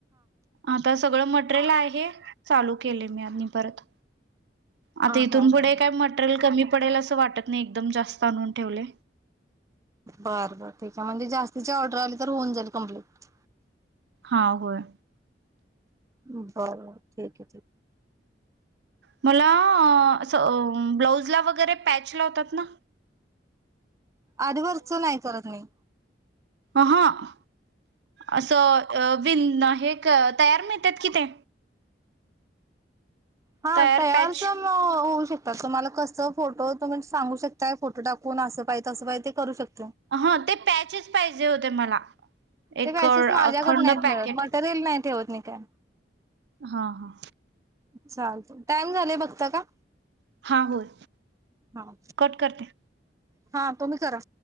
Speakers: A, on the right; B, on the right.
A: आता सगळं मट मट्रेल आहे. चालू केलय मी आणि परत आता
B: हा
A: इथून
B: हा
A: पुढे
B: हा हा
A: काय मटरेल कमी प पडेल असं वाटत नाही एकदम जास्त आणून ठेवले
B: बर बर ठीक हाय म्हणजे जास्त तिची ऑर्डर आली तर होऊन जाईल कंप्लीट
A: हा होय.
B: बर ठीक हय ठीक हय.
A: मला असं ब्लाउज ला वगैरे पॅच लावतात ना
B: आरीवर्कच नाही करत मी
A: अहं. असं अ विन हे एक तयार मिळत्यात की ते
B: हा
A: तयार
B: तयारच
A: पॅच
B: म होऊ शकत. तसं तुम्हाला कसं फोटो, तुम्ही सांगू शकताय फोटो टाकून असं पाहिजे तसं पाहिजे, ते करू शक
A: ह ते पॅचेस पाहिजे होते मला.
B: ते
A: एक
B: प्राइसेस
A: अखंड
B: माझ्याकड नाहीत
A: पॅकेट
B: मिळत, मटेरियल नाही ठेवत मी. ठी काय?
A: हा हा.
B: चालतंय, टाइम झालय बघता का?
A: हा होय,
B: हा
A: कट करते.
B: हा तु्म्ही करा.